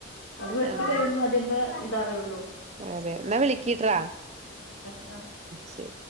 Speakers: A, on the left (about 65°); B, on the right (about 35°).
A: അത് വെട്ടിക്കഴിഞ്ഞ
B: ആഹ്
A: അതിന്റെ എന്താറിയുള്ളൂ
B: അതെ എന്നാ വിളിക്കീട്ട്രാ
A: ആഹ്
B: ശരി